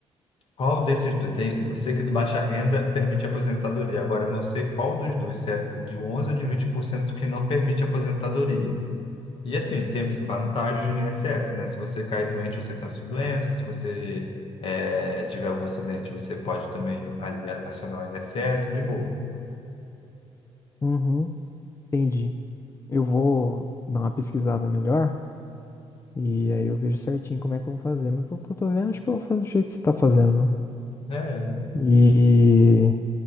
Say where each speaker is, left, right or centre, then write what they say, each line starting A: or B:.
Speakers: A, on the left; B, on the left.
A: qual desses dois. Tem, eu sei que do baixa renda permite aposentadoria. Agora, eu não sei qual dos dois, se é de 11 ou de 20% que não permite aposentadoria. E assim, tem vantagens no INSS, né? Se você cair doente, você tem essa doença. Se você eh, tiver algum acidente, você pode também ali acionar o INSS de boa.
B: Uhum, entendi. Eu vou dar uma pesquisada melhor. E aí eu vejo certinho como é que eu vou fazer. Mas pelo que eu tô vendo, acho que eu vou fazer do jeito que você tá fazendo, mano.
A: É, tá
B: E